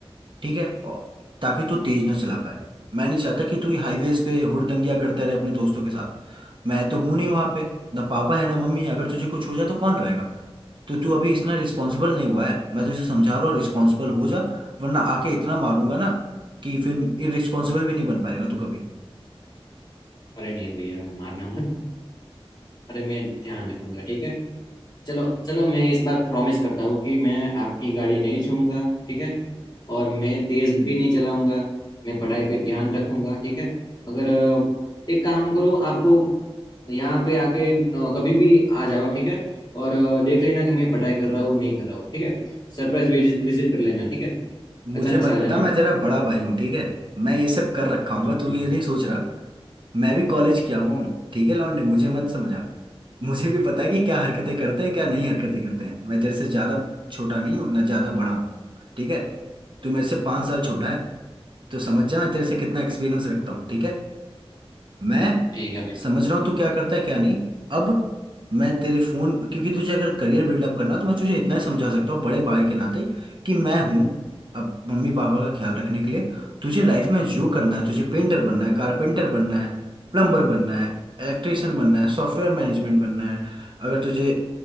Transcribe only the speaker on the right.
ठीक है और- ताकि तू तेज ना चला पाए मैं नहीं चाहता कि तू हाईवेज पे हुड़दंगियां करता रहे अपने दोस्तों के साथ मैं तो हूं नहीं वहां पे ना पापा है ना मम्मी है अगर तुझे कुछ हो जाए तो कौन रहेगा तो तू अभी इतना रिस्पॉन्सिबल नहीं हुआ है मैं तुझे समझा रहा हूँ रिस्पॉन्सिबल हो जा वरना आके इतना मारूंगा ना कि फिर इरिस्पॉन्सिबल भी नहीं बन पाएगा तू कभी
मुझे मत
बता मैं तेरा बड़ा भाई हूँ ठीक है मैं ये सब कर रखा हूँ
तू
ये
नहीं सोच रहा मैं भी कॉलेज किया हुआ हूँ ठीक है लौंडे मुझे मत समझा मुझे भी पता है कि क्या हरकतें करते हैं क्या नहीं हरकतें करते हैं मैं तेरे से ज्यादा छोटा नहीं हूँ ना ज्यादा बड़ा हूँ ठीक है तू मेरे से पाँच साल छोटा है तो समझ जा मैं तेरे से कितना एक्सपीरियंस रखता हूँ ठीक है मैं
समझ रहा हूँ तू क्या करता है क्या नहीं अब मैं तेरे फोन क्योंकि तुझे अगर करियर बिल्डअप करना है, तो मैं तुझे इतना ही समझा सकता हूँ बड़े भाई के नाते कि मैं हूँ अब मम्मी पापा का ख्याल रखने के लिए तुझे लाइफ में जो करना है तुझे पेंटर बनना है कारपेंटर बनना है प्लम्बर बनना है इलेक्ट्रिशियन बनना है सॉफ्टवेयर मैनेजमेंट बनना है अगर तुझे